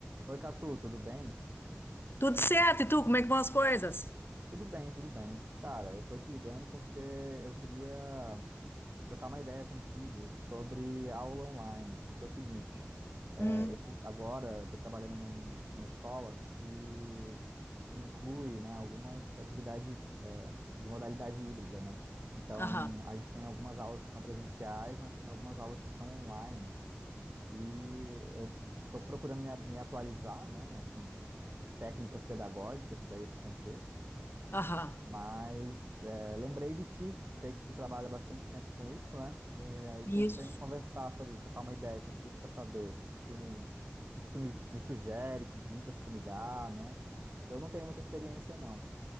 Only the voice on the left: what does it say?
Tudo certo, e tu, como é que vão as coisas?
Hum,
Aham,
aham.
isso.